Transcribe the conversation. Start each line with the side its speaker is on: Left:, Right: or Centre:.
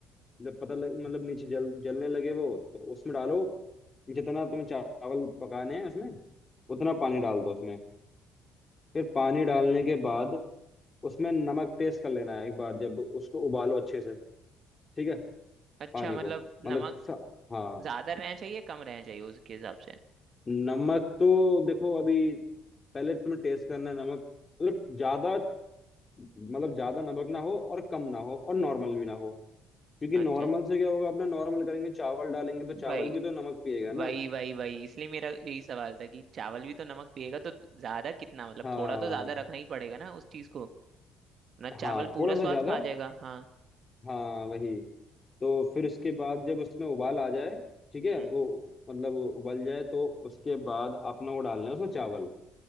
Left: जब पता लग मतलब नीचे जल जलने लगे वो तो उसमें डालो जितना तुम्हें चावल पकाने हैं उसमें उतना पानी डाल दो उसमें फिर पानी डालने के बाद उसमें नमक टेस्ट कर लेना है एक बार जब उसको उबालो अच्छे से ठीक है
Right: अच्छा
Left: पानी
Right: मतलब
Left: को मतलब
Right: नमक
Left: स- हाँ
Right: ज्यादा रहना चाहिए कम रहना चाहिए उसके हिसाब से
Left: नमक तो देखो अभी पहले तुम्हें टेस्ट करना है नमक मतलब ज्यादा मतलब ज्यादा नमक ना हो और कम ना हो और नॉर्मल भी ना हो क्योंकि
Right: अच्छा
Left: नॉर्मल से क्या होगा अपने नॉर्मल करेंगे चावल डालेंगे तो चावल
Right: भाई
Left: भी तो नमक पिएगा ना
Right: वही वही वही इसलिए मेरा यही सवाल था कि चावल भी तो नमक पिएगा तो ज्यादा कितना मतलब
Left: हाँ
Right: थोड़ा तो ज्यादा रखना ही पड़ेगा ना उस चीज को वरना चावल
Left: हाँ
Right: पूरा
Left: थोड़ा
Right: स्वाद
Left: सा ज्यादा
Right: खा जाएगा हाँ
Left: हाँ वही तो फिर उसके बाद जब उसमें उबाल आ जाए ठीक है
Right: हम्म
Left: वो मतलब वो उबल जाए तो उसके बाद आपने वो डालना है उसमें चावल